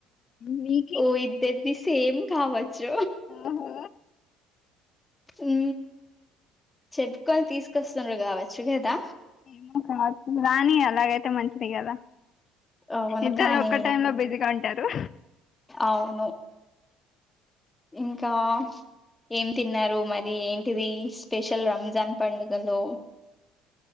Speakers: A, on the left; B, on the left.
A: మీకి
B: ఓ ఇద్దరిది సేమ్ కావ చూ
A: ఓహో
B: ఉ చెప్పుకొని తీసుకొస్తురు కావచ్చు కదా
A: ఏమో కావచ్చు రాని అలాగైతే మంచిదే కదా
B: అవును
A: ఇద్దరు
B: కానీ
A: ఒక్క టైమ్ లో బిజిగా ఉంట తరు
B: అవును ఇంకా ఏం తిన్నారు మరి ఏంటిది స్పెషల్ రంజాన్ పండుగలో